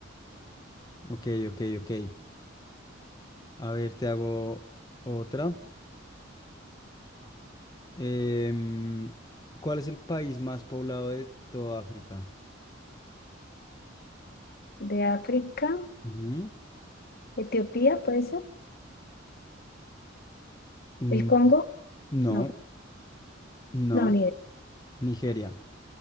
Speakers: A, on the left (about 20°); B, on the left (about 50°).
A: ok, ok, ok. A ver, te hago otra. Em, ¿cuál es el país más poblado de toda África?
B: De África,
A: Ujú.
B: Etiopía, ¿puede ser?
A: Mm,
B: ¿El Congo?
A: No,
B: No,
A: no,
B: no, ni idea.
A: Nigeria.